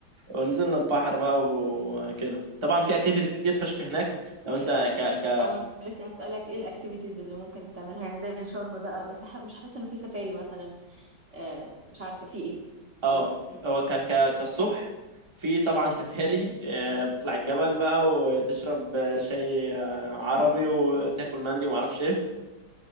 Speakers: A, on the right (about 15°); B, on the right (about 45°).
A: ونزلنا البحر بقى وكده طبعا في اكتيفيتيز كتير فشخ هناك لو انت ك ك
B: اه ما انا كنت لسه هسألك ايه الاكتيفيتيز اللي ممكن تعملها يعني زي شرم بقى بس مح- مش حاسه انه في سفاري مثلا آه مش عارفه في ايه
A: اه
B: قولي
A: هو ك ك كالصبح في طبعا <laughs> سفاري آه،
B: مم.
A: تطلع الجبل بقى وتشرب آه، شاي آه، عربي وتاكل مندي وما اعرفش ايه